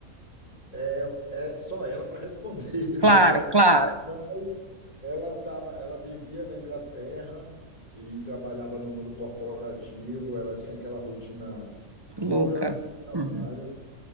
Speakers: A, on the left; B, on the right.
A: É, é só ela para responder, <laughs>
B: Claro,
A: né?
B: claro.
A: Mas ela tava, ela vivia na Inglaterra e trabalhava no mundo corporativo, ela tinha aquela rotina dura
B: Louca.
A: de trabalho.
B: Uhum.